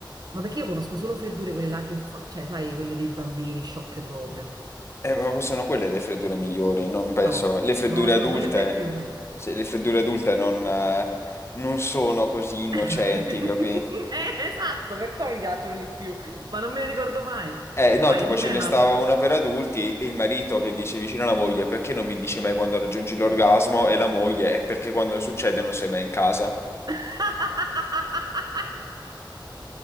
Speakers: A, on the right; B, on the left.
A: ma perché io conosco solo freddure quelle là che fa, cioè, sai, quelle dei bambini sciocche proprio.
B: eh, ma sono quelle le freddure migliori, non penso...
A: No,
B: Le freddure
A: no, sono
B: adulte...
A: quelle black humor.
B: se le freddure adulte non, eh, non sono così innocenti,
A: <laughs>
B: capi?
A: Eh, esatto, perciò mi piacciono di più, ma non me ne ricordo mai.
B: Eh, no,
A: Vai,
B: tipo
A: dimmene
B: ce ne
A: un'altra.
B: stava una per adulti e il marito che dice vicino alla moglie perché non mi dici mai quando raggiungi l'orgasmo e la moglie è perché quando succede non sei mai in casa.
A: <laughs>